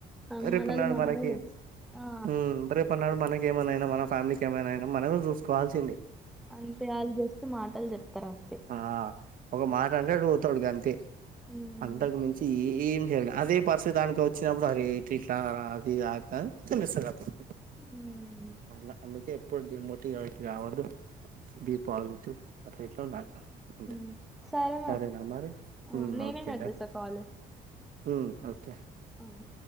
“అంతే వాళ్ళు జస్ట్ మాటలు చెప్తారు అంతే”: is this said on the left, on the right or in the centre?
Centre